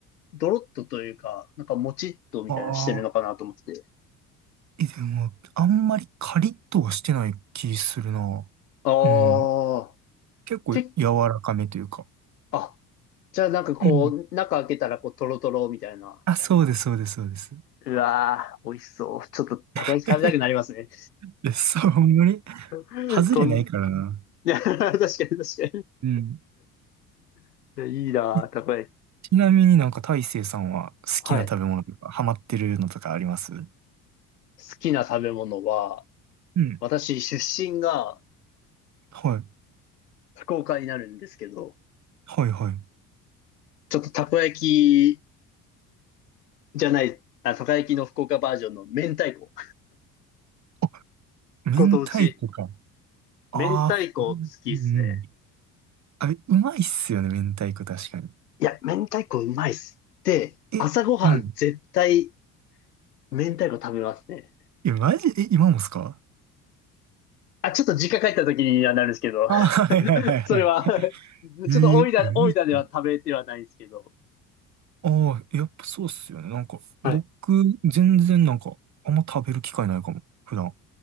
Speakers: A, on the left; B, on the right.
A: ドロッとというか、なんかもちっとみたいなしてるのかなと思って。
B: ああ。え、でも、あんまりカリッとはしてない気するな。
A: ああ、
B: うん。結構柔らかめというか。
A: け、あ、じゃあなんかこう、
B: うん。
A: 中開けたらこう、トロトロみたいな。
B: あ、そうです、そうです、そうです。
A: うわー、美味しそう。ちょっとたこ焼き食べたくなりますね。
B: <laughs> え、そう、ほんまに
A: <laughs>
B: 外れないからな。
A: こん、いや、<laughs> 確かに確かに。
B: うん。
A: <laughs> いやいいなー、
B: え
A: たこ焼き。
B: ちなみになんか大成さんは好きな食べ物とか、
A: はい。
B: ハマってるのとかあります
A: 好きな食べ物は、
B: うん。
A: 私、出身が
B: はい。
A: 福岡になるんですけど、
B: はい、はい。
A: ちょっとたこ焼きじゃない、あ、たこ焼きの福岡バージョンの明太子。
B: あ、明太子か。
A: ご当地。
B: ああ、
A: 明太子好きっすね。
B: あうんうん。あれ、うまいっすよね、明太子確かに。
A: いや、明太子うまいっす。で、
B: え、
A: 朝ごはん絶対
B: うん。
A: 明太子食べますね。
B: え、マジ、え、今もっすか
A: あ、ちょっと実家帰った時にはなるんですけど、
B: あはいはいはいはい。
A: <laughs> それは <laughs>
B: えええぐい、
A: ちょっと大分、大分では食べてはないんですけど。
B: マああ、やっぱそうっすよね。なんか、
A: はい。
B: 僕、全然なんか、あんま食べる機会ないかも、普段。